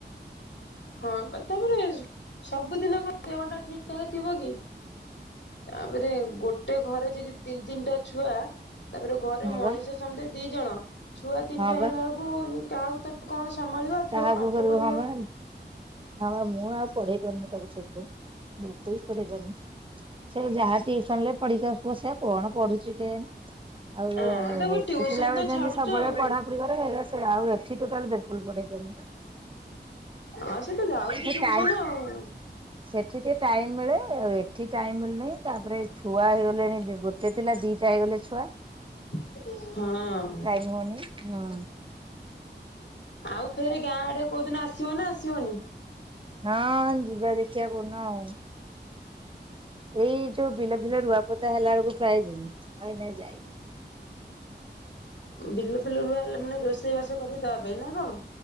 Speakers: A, on the left; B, on the right.
A: ହ କ ତାପରେ ସବୁଦିନ କଣ ଦେହ ଟା ଠିକ ଠାକ ଥିବ କି। ତାପରେ ଗୋଟେ ଘରେ ଯଦି ତିନ ତିନଟା ଛୁଆ। ତାପରେ ଘରେ
B: ହଁ
A: ମଣିଷ
B: ବା
A: ସମୁଦାଏ ଦି ଜଣ ଛୁଆ ତିନଟା
B: ହଁ
A: ହେଲା
B: ବା
A: ବେଳ କୁ କାହାକୁ ତମେ କଣ ସମ୍ଭାଳିବ
B: କାହାକୁ
A: ଛୁଆକୁ ପାଠ
B: କରିବୁ
A: ପଢେଇବ।
B: ହଁ ବା ହଁ ପା ମୁଁ ଆଉ ପଢେଇ ପାରୁନି ତାକୁ ସେଇଥିପାଇଁ ବିଲକୁଲ ପଢେଇ ପାରୁନି। ସେ ଯାହା ଟିଉସନ ରେ ପଢିକି ଆସୁଥିବ ସେ ଆଉ କଣ ପଢୁଛି କେୟାଣି। ଆଉ
A: ହଁ ତାକୁ
B: ହେଟି
A: ଟିଉସନ
B: ଥିଲା
A: ତ
B: ବେଳେ
A: ଛାଡୁଛ
B: ଯେମିତି ସବୁବେଳେ
A: ଆଉ
B: ପଢାପଢି କରେ ସେ ହେଲା ସେ ଆଉ ଏଠି ଟୋଟାଲ ବିଲକୁଲ ପଢେଇ ପାରୁନି।
A: ହଁ ସେ ତ ଯାଉଛି
B: ସେଠି
A: ଟିଉସନ
B: ଟାଇ
A: ଆଉ
B: ସେଠି ଟିକେ ଟାଇମ ମିଳେ ଏଠି ଟାଇମ ମିଳ ନାଇଁ ତାପରେ ଛୁଆ ହେଇଗଲେଣି ଗୋଟେ ଥିଲା ଦିଟା ହେଇଗଲେ ଛୁଆ
A: ହଁ
B: ଟାଇମ ହଉନି ହୁଁ
A: ଆଉ ଫେରେ ଗାଁ ଆଡେ କୋଉଦିନ ଆସିବ ନା ଆସିବନି?
B: ହଁ ଯିବା ଦେଖିବା କୋଉ ଦିନ ଆଉ ଏଇ ଯୋଉ ବିଲ ଫିଲ ରୁଆପୋତା ହେଲା ବେଳକୁ ପ୍ରାୟ ଜିମି ଆଉ ଏଇନା ଯାଇନି
A: ବିଲ ଫିଲ ରୁଆ ହେଲା ମାନେ ରୋଷେଇ ବାସ କରିକି ଦେବା ପାଇଁ ନା କଣ?